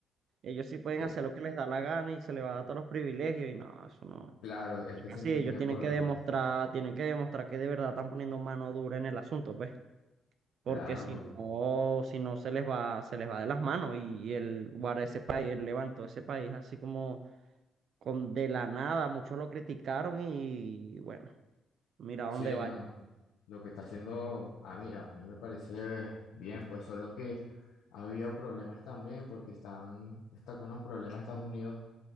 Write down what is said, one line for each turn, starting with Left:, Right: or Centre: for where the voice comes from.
Right: ellos sí pueden
Left: Co-
Right: hacer lo que les da la gana y se les va a dar todos los privilegios y no, eso no.
Left: Claro, es que se
Right: Así,
Left: entiende
Right: ellos tienen
Left: por,
Right: que demostrar, tienen que demostrar que de verdad están poniendo mano dura en el asunto, pues, porque
Left: claro,
Right: si no,
Left: co-
Right: si no se les va, se les va de las manos y el guarda ese país, él levantó ese país así como con de la nada, muchos lo criticaron y bueno, mira
Left: Sí,
Right: a dónde
Left: no, no. Lo que está haciendo a mí, a mí me parece bien, pues solo que ha habido problemas también porque están, está con unos problemas Estados Unidos